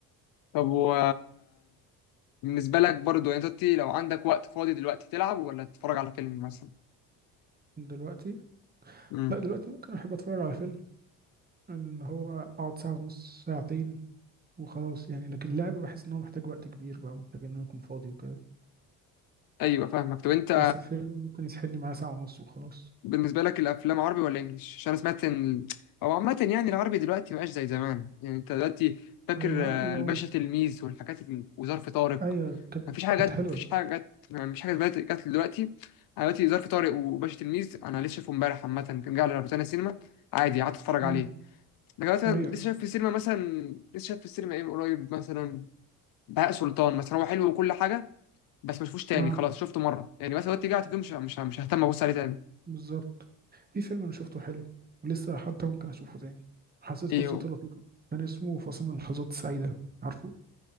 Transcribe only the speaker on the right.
<laughs> دلوقتي
لا دلوقتي ممكن أحب أتفرج على فيلم إن هو أقعد ساعة ونص ساعتين وخلاص يعني لكن اللعب بحس إن هو محتاج وقت كبير بقى ومحتاج إن أنا أكون فاضي وكده
بس الفيلم ممكن يسحلني معاه ساعة ونص وخلاص
هو العربي
أه
أيوة كانت
كانت
حلوة
مم.
أيوة
أه
بالظبط في فيلم انا شفته حلو ولسه حتى ممكن اشوفه تاني حسيت
قصته
لطيفه كان اسمه فاصل من اللحظات السعيده عارفه